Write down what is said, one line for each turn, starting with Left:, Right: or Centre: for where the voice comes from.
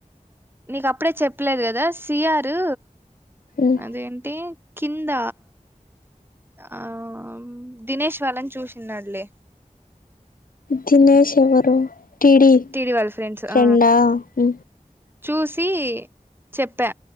Right: నీకు అప్పుడే చెప్పలేదు కదా సిఆారు
Left: ఉమ్
Right: అదేంటి కింద ఆ దినేష్ వాళ్ళని చూసినళ్లే
Left: దినేష్ ఎవరు టీడీ
Right: తిడి వాళ్ళ ఫ్రెండ్స్
Left: ఫ్రెండా
Right: ఆ
Left: ఉ
Right: చూసి చెప్పా